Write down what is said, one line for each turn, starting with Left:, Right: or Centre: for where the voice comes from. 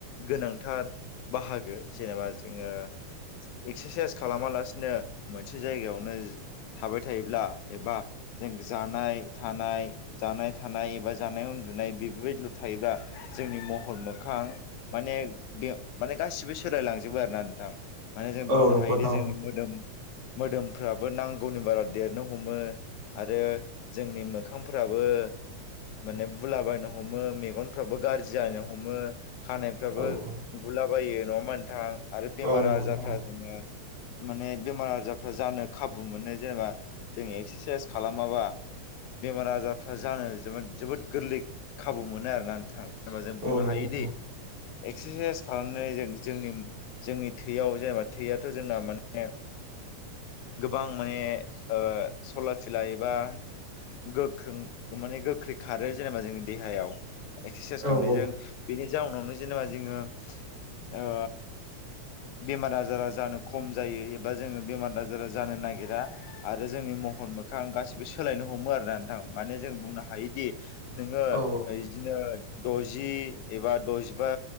Left: गोनांथार बाहागो जेनेबा जोङो एक्सारसाइस खालामालासिनो मोनसे जायगायावनो थाबाय थायोब्ला एबा जों जानाय थानाय जानाय थानाय एबा जानाय उन्दुनाय बेफोरबायदिल' थायोब्ला जोंनि महर मोखां माने बे माने गासिबो सोलायलांजोबो आरोना नोंथां माने जों
Right: औ
Left: बुंनो
Right: नंगौ
Left: हायोदि
Right: नोंथां
Left: जोंनि
Right: औ
Left: मोदोम मोदोमफ्राबो नांगौनि बारा देरनो हमो आरो जोंनि मोखांफ्राबो माने बुलाबायायनो हमो मेगनफ्राबो गाज्रि जानो हमो खानायफ्राबो
Right: औ औ
Left: गुलाबायो नङा होमबा नोंथां आरो बेमार
Right: औ नंगौ
Left: आजारफ्रा
Right: नोंथां औ
Left: जोङो माने बेमार आजारफ्रा जानो खाबु मोनो जेनेबा जों एक्सारसाइस खालामाबा बेमार आजारफ्रा जानो जोबो जोबोद गोरलै खाबु मोनो आरोना नोंथां जेनबा जों बुंनो
Right: औ नंगौ
Left: हायो
Right: नोंथां
Left: दि एक्सारसाइस खालामनानै जों जोंनि जोंनि थैयाव जेनेबा थैयाथ' जोंना माने गोबां माने ओ सला फिला एबा गोख्रों माने गोख्रै खारो जेनेबा जोंनि देहायाव एक्सारसाइस खालामनायजों
Right: औ औ
Left: बेनि जाउनावनो जेनेबा जोङो ओ बेमार आजारा जानो खम जायो एबा जोङो बेमार आजारा जानो नागिरा आरो जोंनि महर मोखां गाैबो सोलायनो हमो आरो ना नोंथां माने जों बुंनो हायोदि नोङो
Right: औ
Left: बिदिनो द'जि एबा द'जिबा